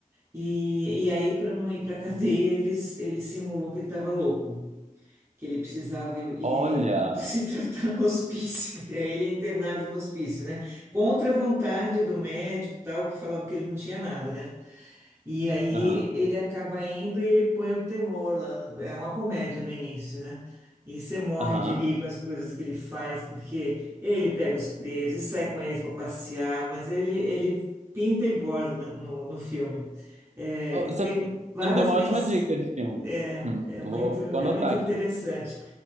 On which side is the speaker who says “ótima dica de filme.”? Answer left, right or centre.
Right